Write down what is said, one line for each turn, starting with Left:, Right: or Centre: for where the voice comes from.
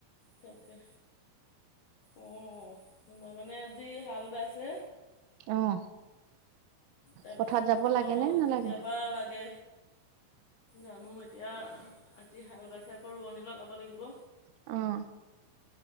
Left: তাকে অহ মানে আজি হাল বাইছে।
Right: অ'।
Left: তাৰপিছত
Right: পথাৰত যাব
Left: আকৌ
Right: লাগে নে নালাগে
Left: কেতিয়াবা লাগে জানো এতিয়া আজি হাল বাইছে আকৌ ৰোৱনী লগাব লাগিব।
Right: অ'।